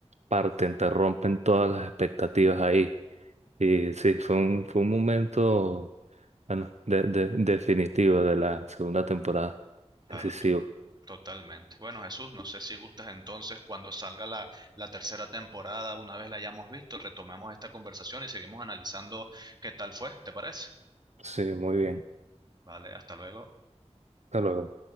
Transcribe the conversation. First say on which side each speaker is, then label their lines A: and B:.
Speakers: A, on the right (about 75°); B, on the right (about 40°).
A: parten, te rompen todas las expectativas ahí. Y sí, fue un, fue un momento, bueno, de- de- definitivo de la segunda temporada.
B: Claro,
A: Decisivo.
B: to- totalmente. Bueno, Jesús, no sé si gustas entonces cuando salga la, la tercera temporada, una vez la hayamos visto, retomemos esta conversación y seguimos analizando qué tal fue, ¿te parece?
A: Sí, muy bien.
B: Vale, hasta luego.
A: Hasta luego.